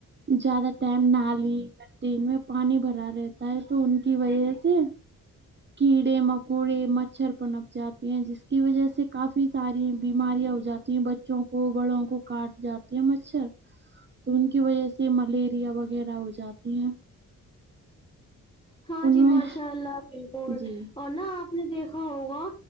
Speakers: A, on the right (about 30°); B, on the left (about 15°).
A: زیادہ ٹائم نالی ٹین میں پانی بھرا رہتا ہے تو ان کی وجہ سے اے کیڑے مکوڑے مچھر پنپ جاتے ہیں جس کی وجہ سے کافی ساری بیماریاں ہو جات بچوں کو بڑوں کو کاٹ جاتی ہیں مچھر تو ان کی وجہ سے ملیریا وغیرہ ہو جاتی ہیں
B: ہاں
A: ان
B: جی ماشاء
A: میں
B: اللہ بالکل
A: جی
B: اور نہ آپ نے دیکھا ہوگا